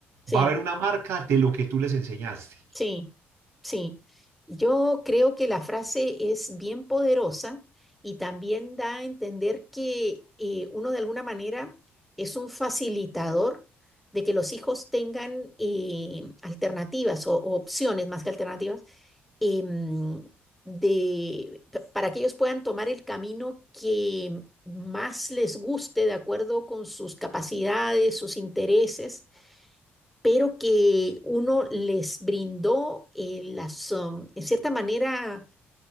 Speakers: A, in the centre; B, on the right (about 80°).
A: sí,
B: va a haber una marca de lo que tú les enseñaste.
A: sí, sí. Yo creo que la frase es bien poderosa y también da a entender que eh, uno de alguna manera es un facilitador de que los hijos tengan eh, alternativas o, o opciones más que alternativas em, de, pa- para que ellos puedan tomar el camino que más les guste de acuerdo con sus capacidades, sus intereses, pero que uno les brindó eh, las, um, en cierta manera,